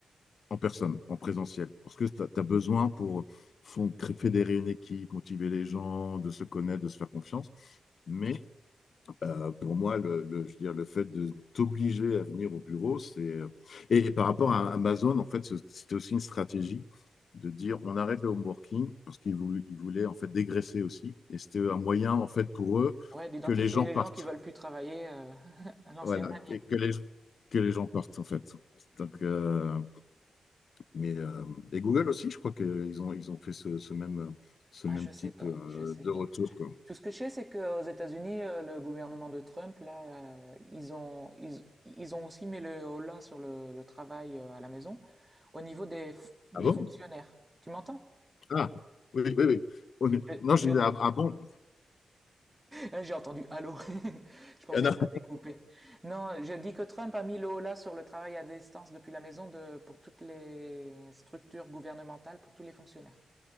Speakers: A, on the left; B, on the right.
A: en personne, en présentiel, parce que tu as, besoin pour fon- cré- fédérer une équipe, motiver les gens, de se connaître, de se faire confiance. Mais euh, pour moi, le, le- je veux dire, le fait de t'obliger à venir au bureau, c'est. euh, Et, et par rapport à Amazon, en fait, c'était aussi une stratégie de dire on arrête le home working parce qu'ils vou- ils voulaient en fait dégraisser aussi. Et c'était un moyen, en fait, pour eux
B: Ouais, d'identifier
A: que les gens
B: les
A: partent.
B: gens qui veulent plus travailler euh, <laughs> à l'ancienne
A: Voilà,
B: manière.
A: et que les, que les gens partent, en fait. Donc, euh, mais, euh, et Google aussi, je crois qu'ils ont, ils ont fait ce, ce même, ce
B: Ah,
A: même
B: je sais
A: type
B: pas,
A: euh,
B: je sais
A: de
B: pas.
A: retour, quoi.
B: Tout ce que je sais, c'est qu'aux États-Unis, euh, le gouvernement de Trump, là, euh, ils ont, ils, ils ont aussi mis le holà sur le, le travail euh, à la maison au niveau des, f- des
A: Ah bon?
B: fonctionnaires. Tu m'entends?
A: Ah, oui, oui, oui. Oh, mais-
B: Je,
A: Non, je
B: je,
A: disais, ah, ah bon?
B: <laughs> J'ai entendu allô. <laughs> Je pensais
A: Ah, non.
B: que ça avait coupé. Non, je dis que Trump a mis le holà sur le travail à distance depuis la maison de, pour toutes les structures gouvernementales, pour tous les fonctionnaires.